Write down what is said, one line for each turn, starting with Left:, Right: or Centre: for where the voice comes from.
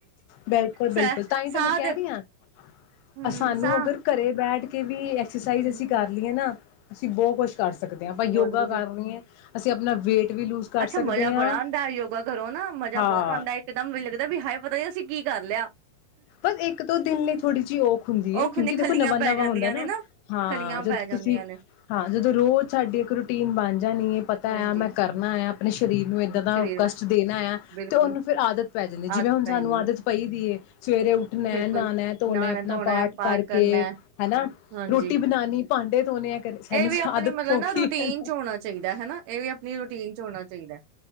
Left: ਬਿਲਕੁਲ ਬਿਲਕੁਲ
Right: ਸੈ
Left: ਤਾਂਹੀ ਤਾਂ
Right: ਸਾਹ
Left: ਮੈਂ ਕਹਿ
Right: ਤੇ
Left: ਰਹੀ ਹਾਂ
Right: ਹਮ
Left: ਸਾਨੂੰ
Right: ਸਾਹ
Left: ਅਗਰ ਘਰੇ ਬੈਠ ਕੇ ਵੀ ਐਕਸਰਸਾਈਜ਼
Right: ਹਮ
Left: ਅਸੀਂ ਕਰ
Right: ਹਮ
Left: ਲਈਏ ਨਾ ਅਸੀਂ ਬਹੁਤ ਕੁਛ ਕਰ ਸਕਦੇ ਹਾਂ ਆਪਾਂ ਯੋਗਾ
Right: ਬਹੁਤ ਕੁਛ
Left: ਕਰ ਲਈਏ ਅਸੀਂ ਆਪਣਾ ਵੇਟ ਵੀ ਲੂਜ ਕਰ
Right: ਅੱਛਾ
Left: ਸਕਦੇ
Right: ਮਜ਼ਾ ਬੜਾ
Left: ਹਾਂ
Right: ਆਉਂਦਾ ਯੋਗਾ ਕਰੋ ਨਾ ਮਜ਼ਾ
Left: ਹਾਂ
Right: ਬਹੁਤ ਆਉਂਦਾ ਇੱਕਮ ਮ ਲੱਗਦਾ ਵੀ ਹੈਏ ਪਤਾੀ ਅਸੀਂ ਕੀ ਕਰ ਲਿਆ
Left: ਬਸ ਇੱਕ ਤੋਂ ਦਿਨ ਲਈ ਥੋੜ੍ਹੀ ਜਿਹੀ ਔਖ ਹੁੰਦੀ
Right: ਉਹ
Left: ਹੈ ਕਿਉਂਕਿ
Right: ਖੁਨੇ
Left: ਦੇਖੋ
Right: ਖੱਲੀਆਂ
Left: ਨਵਾਂ ਨਵਾਂ
Right: ਪੈ ਜਾਂਦੀਆਂ
Left: ਹੁੰਦਾ ਨਾ
Right: ਨੇ
Left: ਹਾਂ
Right: ਖੱਲੀਆਂ
Left: ਜਦੋਂ
Right: ਪੈ ਜਾਂਦੀਆਂ
Left: ਤੁਸੀਂ
Right: ਨੇ
Left: ਹਾਂ ਜਦੋਂ ਰੋਜ਼ ਸਾਡੀ ਇੱਕ ਰੂਟੀਨ ਬਣ ਜਾਣੀ ਹੈ
Right: ਹਾਂਜੀ
Left: ਆ ਮੈਂ ਕਰਨਾ ਆ ਆਪਣੇ ਸਰੀਰ ਨੂੰ ਇੱਦਾਂ ਦਾ
Right: ਸਰੀਰ
Left: ਕਸ਼ਟ ਦੇਣਾ ਆ
Right: ਬਿਲਕੁਲ
Left: ਤੇ ਉਹਨੂੰ ਫਿਰ ਆਦਤ ਪੈ ਜਾਂਦੀ
Right: ਆਦਤ
Left: ਜਿਵੇਂ ਹੁਣ
Right: ਪੈ
Left: ਸਾਨੂੰ
Right: ਜਾਂਦੀ
Left: ਆਦਤ
Right: ਆ
Left: ਪਈ ਦੀਏ ਸਵੇਰੇ ਉੱਠਣਾ
Right: ਬਿਲਕੁਲ
Left: ਨਹਾਣਾ ਧੋਣਾ
Right: ਨਹਾਣਾ
Left: ਆਪਣਾ ਪਾਠ
Right: ਹੈ
Left: ਕਰਕੇ
Right: ਕਰਨਾ ਹੈ
Left: ਹਨਾ
Right: ਹਾਂਜੀ
Left: ਰੋਟੀ ਬਣਾਉਣੀ ਭਾਂਡੇ ਧੋਣੇ ਹੈ ਕਦੇ ਸਾਨੂੰ
Right: ਇਹ ਵੀ ਆਪਣੇ
Left: ਆਦਤ
Right: ਮਤਲਬ
Left: ਹੋ
Right: ਨਾ
Left: ਗਈ
Right: ਰੂਟੀਨ
Left: ਹਨਾ
Right: ਚ ਹੋਣਾ ਚਾਹੀਦਾ ਹਨਾ ਇਹ ਵੀ ਆਪਣੀ ਰੂਟੀਨ ਚ ਹੋਣਾ ਚਾਹੀਦਾ